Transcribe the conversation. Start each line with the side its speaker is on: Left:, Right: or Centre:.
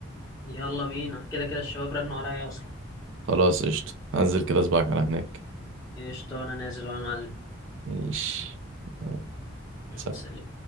Left: يلا بينا كده كده الشباب رنوا عليا اصلا
Right: خلاص قشطة هنزل كده أسبوعك على هناك
Left: قشطه انا نازل وانا معلم
Right: ماشي يلا،
Left: يلا،
Right: سلام.
Left: سلام